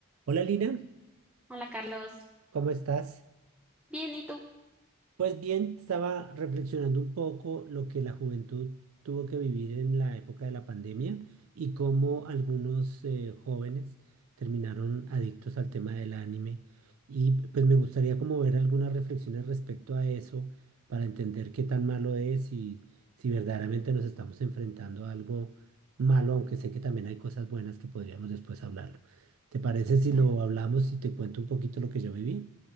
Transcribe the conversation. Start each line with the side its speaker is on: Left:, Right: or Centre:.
Right: Hola Lina,
Centre: Hola Carlos,
Right: ¿cómo estás?
Centre: bien, ¿y tú?
Right: Pues bien, estaba reflexionando un poco lo que la juventud tuvo que vivir en la época de la pandemia y cómo algunos eh, jóvenes terminaron adictos al tema del anime. Y pues me gustaría como ver algunas reflexiones respecto a eso para entender qué tan malo es y si verdaderamente nos estamos enfrentando a algo malo, aunque sé que también hay cosas buenas que podríamos después hablarlo. ¿Te parece
Centre: Ujú.
Right: si lo hablamos y te cuento un poquito lo que yo viví?